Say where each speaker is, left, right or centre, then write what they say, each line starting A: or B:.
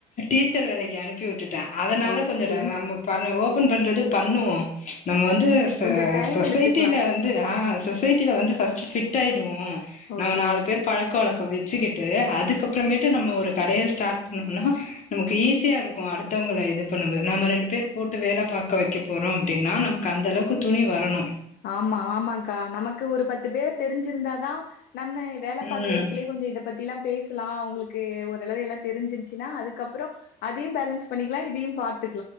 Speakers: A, on the left; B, on the left.
A: டீச்சர் வேலைக்கி அனுப்பி உட்டுட்டே அதனால
B: ஓகே
A: கொஞ்சோ ர ராம் பண்ணு ஓப்பன் பண்றது பண்ணுவோ நம்ம வந்து ச
B: கொஞ்ச டைம்
A: சொசைட்டில
B: எடுத்துக்கலா
A: வந் ந்து ஆ சொசைட்டில வந்து ஃபஸ்ட்டு ஃபிட்டாய்டுவோ
B: ஓகே
A: நம்ம நாலு
B: ஓகே
A: பேர் பழக் க்கவழக்கோ வச்சுக்கிட்டு அதுக்கப்றமேட்டு நம்ம ஒரு கடைய ஸ்டார்ட் பண்ணோனா நமக்கு ஈஸியாருக்கு அடுத்தவங்கள இது பண்ணும்போது நம்ம ரெண்டு பேர் போட்டு வேல பாக்க வைக்க போறோ அப்டின்னா நம் கு அந்தளவுக்கு துணி வரணு
B: ஆமா ஆமாங் கா நமக்கு ஒரு பத்து பேர தெரிஞ்சிருந்தாதா நம்ம வேல
A: ம்
B: பாக்குற எடத்துலயு கொஞ்சோ இத பத்திலா பேசுலா அவங்களுக்கு ஓரளவு எல்லா தெரிஞ்சிருச்சுனா அதுக்கப்றோ அதையு பேலன்ஸ் பண்ணிக்கலா இதையு பாத்